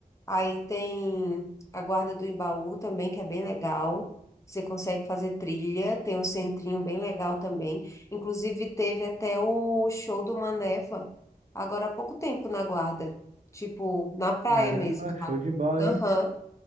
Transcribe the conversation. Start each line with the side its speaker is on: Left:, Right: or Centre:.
Left: Aí tem a Guarda do Embaú também, que é bem legal. Você consegue fazer trilha, tem um centrinho bem legal também. Inclusive, teve até o show do Maneva, agora há pouco tempo na Guarda, tipo, na praia
Right: Caramba,
Left: mesmo, sabe?
Right: show de bola,
Left: Aham.
Right: hein?